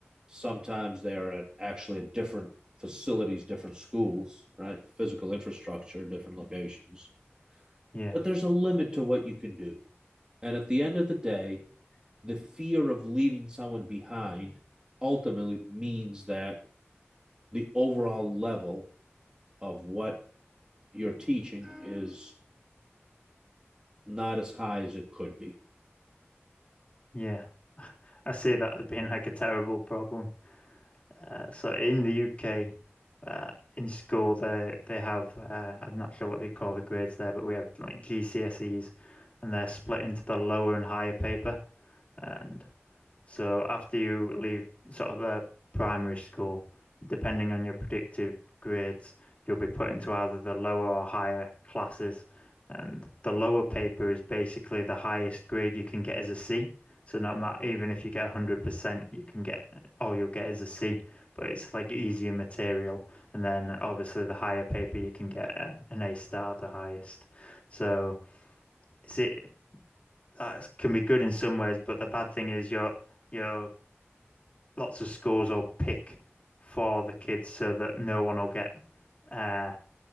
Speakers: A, on the right (about 20°); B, on the left (about 30°).
A: Sometimes they are at actually at different facilities, different schools, right? Physical infrastructure, different locations.
B: Yeah,
A: But there's a limit to what you can do. And at the end of the day, the fear of leaving someone behind ultimately means that the overall level of what you're teaching is not as high as it could be.
B: yeah. <laughs> I see that as being like a terrible problem. Uh, so in the UK, uh, in school, they they have uh, I'm not sure what they call the grades there, but we have like GCSEs, and they're split into the lower and higher paper. And so after you leave sort of uh, primary school, depending on your predicted grades, you'll be put into either the lower or higher classes. And the lower paper is basically the highest grade you can get as a C. So not matter, even if you get 100%, you can get all you'll get is a C, but it's like easier material. And then obviously the higher paper you can get uh, an A star, the highest. So it's it that can be good in some ways, but the bad thing is you're you're lots of scores or pick for the kids so that no one will get uh,